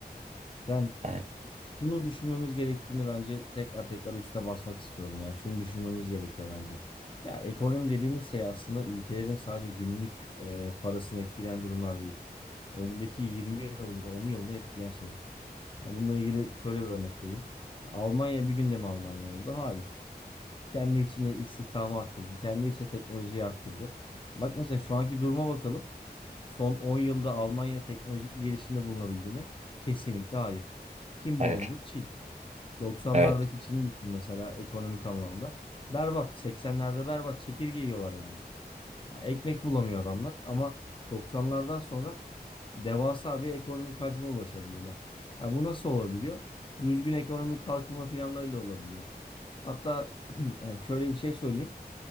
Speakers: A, on the left; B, on the right.
A: Yani
B: Hayır.
A: bunu düşünmemiz gerektiğini bence tekrar tekrar üstüne basmak istiyorum ya. Şunu düşünmemiz gerekiyor bence. Ya ekonomi dediğimiz şey aslında ülkelerin sadece günlük e, parasını etkileyen durumlar değil. Öndeki 20 yılını, 10 yılını etkileyen şeyler. Yani bununla ilgili şöyle bir örnek vereyim. Almanya bir günde mi Almanya oldu? Hayır. Kendi içinde istihdamı arttırdı. Kendi içinde teknolojiyi arttırdı. Bak mesela şu anki duruma bakalım. Son 10 yılda Almanya teknolojik bir gelişimde bulunabildi mi? Kesinlikle hayır. Kim
B: Hayır.
A: bulundu? Çin. 90'lardaki
B: Evet.
A: Çin'i düşün mesela ekonomik anlamda. Berbat. 80'lerde berbat. Çekirge yiyorlar yani. Yani ekmek bulamıyor adamlar ama 90'lardan sonra devasa bir ekonomik hacme ulaşabiliyorlar. Ya bu nasıl olabiliyor? Düzgün ekonomik kalkınma planlarıyla olabiliyor. Hatta <clears throat> yani şöyle bir şey söyleyeyim.